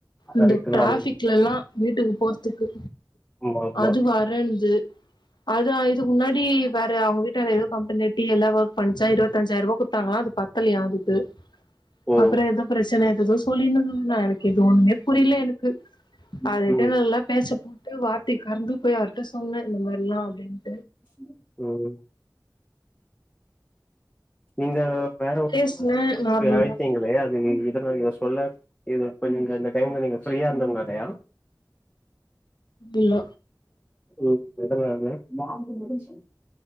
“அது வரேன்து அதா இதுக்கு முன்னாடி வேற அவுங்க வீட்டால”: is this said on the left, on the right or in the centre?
Left